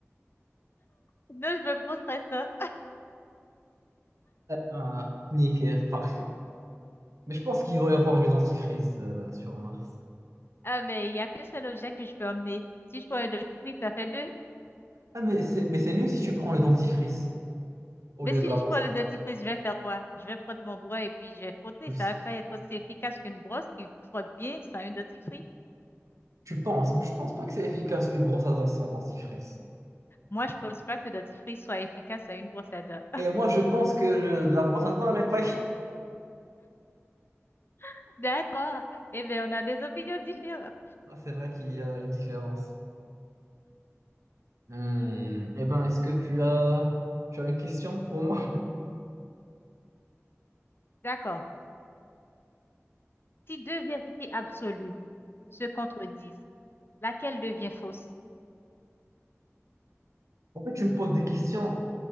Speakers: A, on the left; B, on the right.
A: Non, je me poserai ça.
B: Ah, nickel, parfait. Mais je pense qu'il doit y avoir du dentifrice euh, sur Mars.
A: Ah, mais il y a qu'un seul objet que je peux emmener. Si je prends un dentifrice, ça fait deux.
B: Ah, mais c'est, mais c'est mieux si tu prends le dentifrice au
A: Mais
B: lieu
A: si
B: de la
A: je
B: brosse
A: prends
B: à
A: le dentifrice, je vais faire quoi? Je vais prendre mon doigt et puis je vais frotter.
B: dents.
A: Ça va pas être aussi efficace qu'une brosse qui frotte bien sans une dentifrice.
B: Tu penses? Je pense pas que c'est efficace une brosse à dents sans dentifrice.
A: Moi, je pense pas que le dentifrice soit efficace à une brosse à dents.
B: Et moi, je pense que le- la brosse à dents n'est pas. <laughs>
A: <laughs> D'accord. Eh bien, on a des opinions différentes.
B: Ah, C'est vrai qu'il y a une différence. Hmm. Eh ben, est-ce que tu as, tu as une question pour moi?
A: D'accord. Si deux vérités absolues se contredisent, laquelle devient fausse?
B: En fait, tu me poses des questions